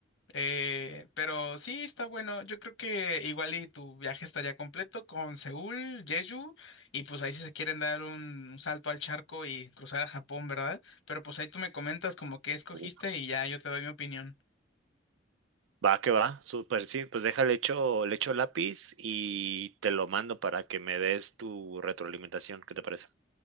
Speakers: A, on the left; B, on the right.
A: Eh, pero sí, está bueno. Yo creo que igual y tu viaje estaría completo con Seúl, Jeju, y pues ahí si se quieren dar un, un salto al charco y cruzar a Japón, ¿verdad? Pero pues ahí tú me comentas como qué escogiste
B: Uf,
A: y ya yo te doy mi opinión.
B: va que va, súper, sí, pues deja, le echo le echo lápiz y te lo mando para que me des tu retroalimentación, ¿qué te parece?